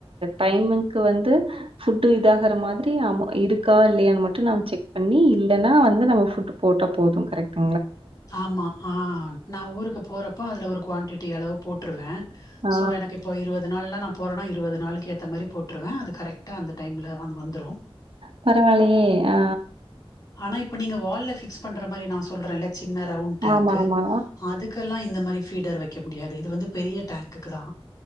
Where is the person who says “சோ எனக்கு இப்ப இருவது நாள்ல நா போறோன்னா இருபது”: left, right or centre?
Left